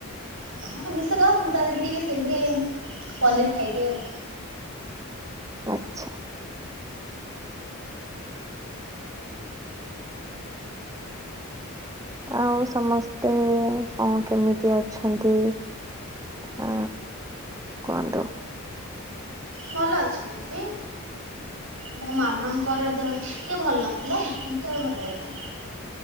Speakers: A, on the right; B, on the right.
A: ତ ଆମିଷ ଖା ମୁଁ ତା ଦେହରେ ଟିକେ ସେଇଥିରେ ପନିର ଖାଇଦିଏ ଆଉ।
B: ଆଚ୍ଛା। ଆଉ ସମସ୍ତେ ହଁ କେମିତି ଅଛନ୍ତି? ଅ କୁହନ୍ତୁ।
A: ଭଲ ଅଛନ୍ତି। ମୋ ମାମାଙ୍କ ର ଦେହ ଟିକେ ଭଲ ନଥିଲା କିନ୍ତୁ ଏ ଭଲ ହେଇଲାଣି।